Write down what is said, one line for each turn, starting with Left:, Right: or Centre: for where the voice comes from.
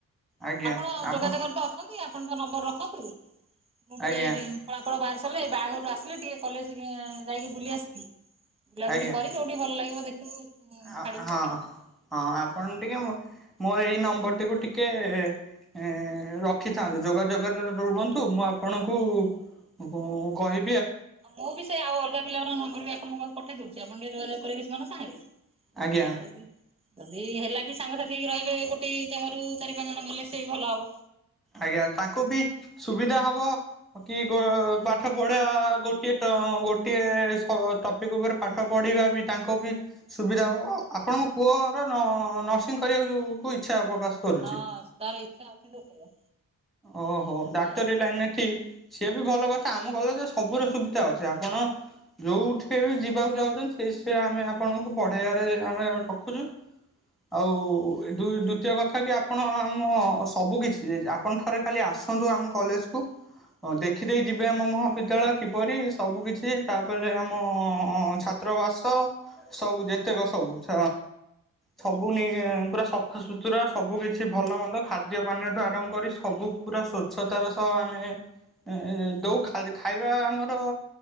Centre: ଆଜ୍ଞା
Right: ଆପଣ
Centre: ଆପ
Right: ଯୋଗାଯୋଗରେ ତ ଅଛନ୍ତି ଆପଣଙ୍କ ନମ୍ବର୍ ରଖନ୍ତୁ ମୁଁ ଟିକେ
Centre: ଆଜ୍ଞା
Right: ଏଇଠି ଫଳାଫଳ ବାହାରି ତଲେ ବାହାଘରୁ ଆସିଲେ ଟିକେ କଲେଜ୍ ଉଁ ଯାଇକି ବୁଲି ଆସିବି ବୁଲାବୁଲି
Centre: ଆଜ୍ଞା।
Right: କରି ଯୋଉଠି ଭଲ ଲାଗିବ ଦେଖିବୁ
Centre: ଆ
Right: ଛାଡିବୁ
Centre: ହଁ
Right: ଆଉ।
Centre: ହଁ ଆପଣ ଟିକେ ମୋ ଏଇ ନମ୍ବର୍ ଟିକୁ ଟିକେ ଏ ରଖିଥାନ୍ତୁ ଯୋଗାଯୋଗରେ ରୁହନ୍ତୁ ମୁଁ ଆପଣଙ୍କୁ ଗଁ କହି
Right: ଆଉ ମୁଁ ବି ସେ ଆଉ ଅଲଗା ପିଲାଙ୍କର ନମ୍ବର୍ ବି ଆପଣଙ୍କ ପାଖୁ ପଠେଇ ଦଉଚି ଆପଣ ଟିକେ ଯୋଗାଯୋଗ କରିବେ ସେମାନେ ସାଙ୍ଗରେ।
Centre: ଆଜ୍ଞା
Right: ଆ ଯଦି ତ ଦି ହେଲା ବି ସାଙ୍ଗସାଥି ହେଇି ରହିବେ ଗୋଟେ ଜାଗାରୁ ଚାରି ପାଞ୍ଚ ଜଣ ଗଲେ ସେ ବି ଭଲ ହବ।
Centre: ଆଜ୍ଞା ତାଙ୍କୁ ବି ସୁବିଧା ହବ କି ପାଠ ଗୋ ପଢ଼େଇବା ଗୋଟିଏ ଟ ତ ଗୋଟଏ ସ ଟପିକ ଉପରେ ପାଠ ପଢ଼ିବା ବି ତାଙ୍କ ବି ସୁବିଧା ହବ ଆପଣଙ୍କ ପୁଅର ନ ନର୍ସିଂ କରିବାକୁ ଯୋଉ କୁ ଇଚ୍ଛା ପ୍ରକାଶ କରୁଛି।
Right: ହଁ ତାର ଇଚ୍ଛା ଅଛି ଯେ ସେଇଆ।
Centre: ଓହୋ
Right: ଦେଖିଆ
Centre: ଡାକ୍ତରୀ
Right: ଆଉ
Centre: ଲାଇନ୍ ରେ ଠି ସିଏ ବି ଭଲ କଥା ଆମ କଲେଜ୍ ରେ ସବୁର ସୁବିଧା ଅଛି ଆପଣ ଯୋଉଠି ବି ଯିବାକୁ ଚାହୁଚନ୍ତି ସେଇ ସେ ଆମେ ଆପଣଙ୍କୁ ପଢ଼େଇବାରେ ଆମେ ରଖଚୁ। ଆଉ ଦୁଇ ଦୁତୀୟ କଥା କି ଆପଣ ଆମ ସବୁ କିଛି ଇଏ କି ଆପଣ ଥରେ ଖାଲି ଆସନ୍ତୁ ଆମ କଲେଜକୁ ଅ ଦେଖିଦେଇ ଯିବେ ଆମ ମହାବିଦ୍ୟାଳୟ କିପରି ସବୁ କିିଛି ତାପରେ ଆମ ଛା ତ୍ର ବାସ ସବୁ ଯେତେକ ସବୁ ସ ସବୁ ନେଇ ପୁରା ସଫାସୁତୁରା ସବୁ କିଛି ଭଲ ମନ୍ଦ ଖାଦ୍ୟ ପାନୀୟ ଆରମ୍ଭ କରି ସବୁ ପୁରା ସ୍ଵଚ୍ଛତାର ସହ ଆମେ ଏଁ ଦଉ ଖାଲି ଖାଇବା ଆମର